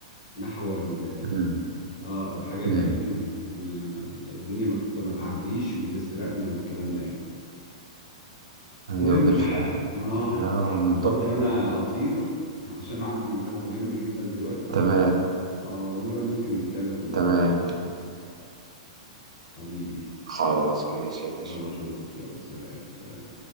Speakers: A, on the left; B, on the right.
A: نحو ال...
B: مم.
A: اه الحاجه
B: مم.
A: دي عشان ما... الدنيا ما... ت- ما تعديش وتسرقنا والكلام ده يعني
B: ايوه
A: المهم
B: بالفعل
A: اه
B: يا
A: مضطر
B: موضوع
A: انا اطير عشان عندي ميعاد مهم جدا دلوقتي
B: تمام
A: اه ونبقى ممكن نتكلم في الموضوع
B: تمام
A: ده حبيبي
B: خلاص ماشي يا باشا
A: يلا اشوفك يلا سلام سلام